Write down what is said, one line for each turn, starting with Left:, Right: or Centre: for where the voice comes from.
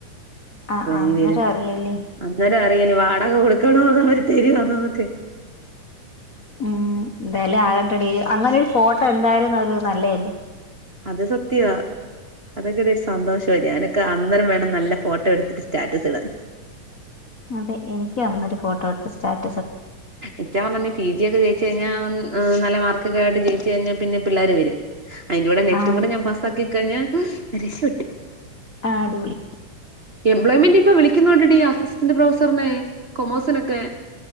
Left: ആ
Right: അ
Left: അന്നേരം
Right: ഇനി വര
Left: അറിയാല്ലേ
Right: അന്നേരം അറിയനി വാ ആകെ കൊടുക്കണോത അവര് തരുവാനോന്നൊക്കെ
Left: ഉം എന്തായാലും ആകട്ടടീ അങ്ങനെ ഒരു ഫോട്ടോ എന്തായാലും നല്ലതല്ലേ
Right: അത് സത്യമാ അതൊക്കെ ഒരു സന്തോഷ ഞാനൊക്കെ അന്നേരം വേണം നല്ല ഫോട്ടോ എടുത്തിട്ട് സ്റ്റാറ്റസ് ഇടാൻ
Left: അതെ എനിക്ക് അന്നൊരു ഫോട്ടോ എടുത്ത് സ്റ്റാറ്റ
Right: എനിക്ക പി ജി ഒക്കെ ജയിച്ച് കഴിഞ്ഞാൽ നല്ല മാർക്ക് ഒക്കെ ആയിട്ട് ജയിച്ചു കഴിഞ്ഞാ പിന്നെ പിള്ളേർ വരും അതിന്റെ കൂടെ നെറ്റും
Left: ആഹ്
Right: കൂടെ ഞാൻ പാസ്സാക്കി കഴഞ്ഞ നി രശപ്പെട്ടു
Left: ആടോളി
Right: എംപ്ലോയ്മെന്റ് ഇപ്പൊ വിളിക്കുന്ന്ണ്ടടീ അസിസ്റ്റന്റ് പ്രൊഫസറിനെ കൊമേഴ്സിനൊക്കെ